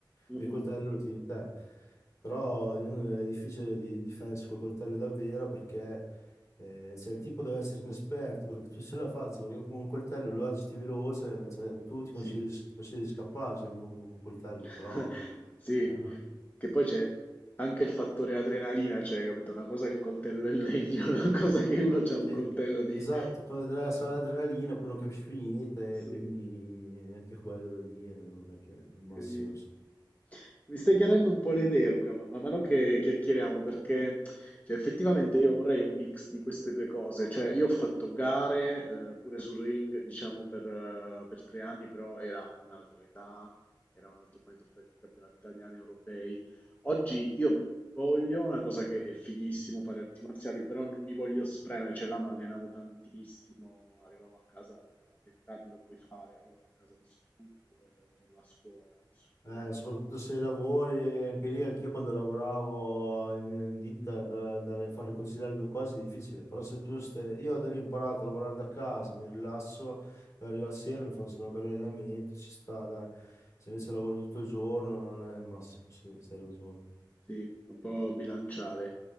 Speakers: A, on the left (about 20°); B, on the left (about 40°).
A: mm,
B: e il
A: mm,
B: coltello lo tieni te. Però eh, è difficile di difendersi col coltello davvero perché... Eh, cioè, il tipo deve essere inesperto perché tu <laughs> se la faccio, perché con un coltello lo agiti veloce, cioè, tu ti
A: Sì.
B: consigli, ti consigli di scappare se vedi uno con un coltello,
A: <laughs>
B: però...
A: Sì,
B: eh, no.
A: che poi c'è anche il fattore adrenalina, cioè, capito? Una cosa è il coltello in legno, <laughs> una cosa che uno ha
B: Sì,
A: un coltello di...
B: esatto, quando ti dà solo l'adrenalina poi non capisci più niente,
A: Sì,
B: quindi anche quello da dire, non è che è il massimo.
A: incredibile. Mi stai chiarendo un po' le idee, Luca, ma man mano che chiacchieriamo, perché cioè, effettivamente io vorrei un mix di queste due cose. Cioè, io ho fatto gare, eh, pure sul ring, diciamo, per, eh, per tre anni, però era un'altra età, era un altro momento, ho fatto anche campionati italiani, europei, Oggi io mi voglio, una cosa che è fighissimo fare arti marziali, però non mi voglio spremere, cioè là mi allenavo tantissimo, arrivavo a casa, a 20 anni lo puoi fare, arrivavo a casa distrutto, poi c'avevo solo la scuola, adesso c'è pure
B: Eh,
A: il lavoro,
B: soprattutto se lavori, anche lì, anch'io quando lavoravo in, in ditta, da- andare a fare il consigliere due cose è difficile, però se tu stai, io ad- io ho imparato a lavorare da casa, mi rilasso, arrivo la sera, mi faccio un bel allenamento, ci sta, dai. Se invece lavoro tutto il giorno non è il massimo, sì, hai ragione.
A: Sì, un po' bilanciare.